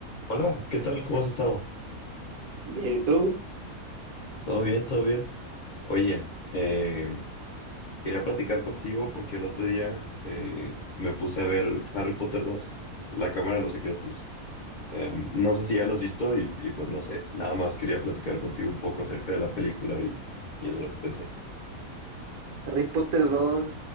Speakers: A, on the left; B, on the right.
A: Hola, ¿qué tal? ¿Cómo has estado?
B: Bien, ¿y tú?
A: ¿Todo bien? ¿Todo bien? Oye, eh, quería platicar contigo porque el otro día eh, me puse a ver Harry Potter 2, La Cámara de los Secretos. Eh, no sé si ya lo has visto y, y pues no sé, nada más quería platicar contigo un poco acerca de la película y, y de lo que pensé.
B: Harry Potter dos